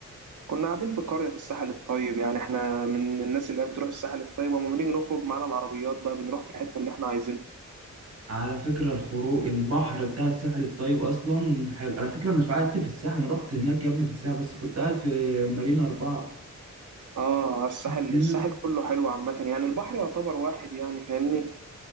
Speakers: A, on the right; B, on the right.
A: كنا قاعدين في قرية في الساحل الطيب يعني احنا من الناس اللي هي بتروح الساحل الطيب ولما بنيجي نخرج معانا العربيات بقى بنروح في الحتة اللي احنا عايزينها
B: على فكره الخروج البحر بتاع الساحل الطيب اصلا حلو على فكره انا قعدت في الساحل أنا رحت هناك يا ابني في الساحل بس كنت قاعد في مارينا اربعه
A: اه آه، الساحل
B: فيها
A: الساحل كله حلو عامة يعني البحر يعتبر واحد يعني فاهمني